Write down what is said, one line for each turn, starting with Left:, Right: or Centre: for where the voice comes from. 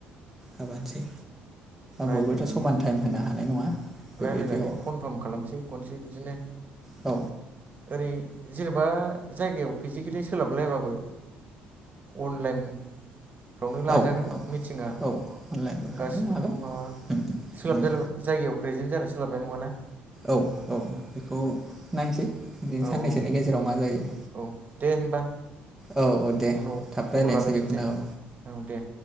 Centre: होबोनोसै
Right: रायलायनानै
Centre: बयबोथ समान टाइम होनो हानाय नङा बेबायदियाव
Right: रायलायनानै कनफार्म खालामसै खनसे बिदिनो
Centre: औ
Right: ओरै जेनेबा बा जायगायाव फिजिकेलि सोलाबलायाबाबो अनलाइन फ्रवनो
Centre: औ
Right: लाजागोन
Centre: औ
Right: मिटिङा
Centre: औ अनलाइनबो खालामनो
Right: गासिबोथ'
Centre: हागोन
Right: माबा
Centre: उम
Right: सोलाब
Centre: उम
Right: जायगायाव प्रेजेन्ट जानो सोलाबनाय नङाना
Centre: औ औ बेखौ नायसै बि
Right: औ
Centre: साननैसोनि
Right: औ
Centre: गेजेराव मा जायो।
Right: औ दे होमबा
Centre: औ औ दे
Right: उनाव
Centre: थाब रायज्लायनोसै
Right: खबर लालायफिनसै
Centre: बेखौनो औ
Right: औ दे।